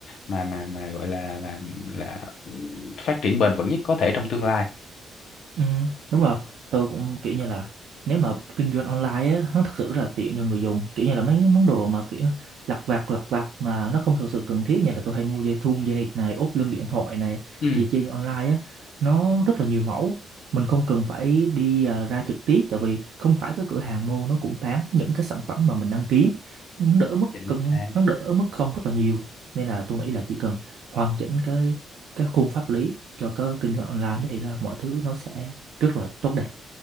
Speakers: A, on the left; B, on the right.
A: mà mà mà gọi là là là ừ, phát triển bền vững nhất có thể trong tương lai
B: ừ đúng rồi tôi cũng kiểu như là nếu mà kinh doanh online á nó thật sự rất là tiện cho người dùng kiểu như là mấy cái món đồ mà kiểu lặt vặt lặt vặt mà nó không thực sự cần thiết như là tôi hay mua dây thun dây này ốp lưng điện thoại này
A: ừ
B: thì trên online á nó rất là nhiều mẫu mình không cần phải đi à, ra trực tiếp tại vì không phải cái cửa hàng mô nó cũng bán những cái sản phẩm mà mình đang kiếm nó đỡ mất
A: chính
B: cân
A: xác.
B: nó đỡ mất công rất là nhiều nên là tôi nghĩ là chỉ cần hoàn chỉnh cái cái khung pháp lý cho cái kinh doanh online thì là mọi thứ nó sẽ rất là tốt đẹp